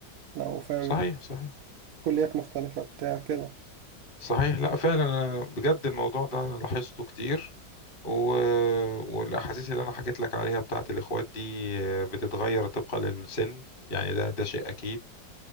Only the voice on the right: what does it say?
لو فاهم
كليات مختلفة بتاع كده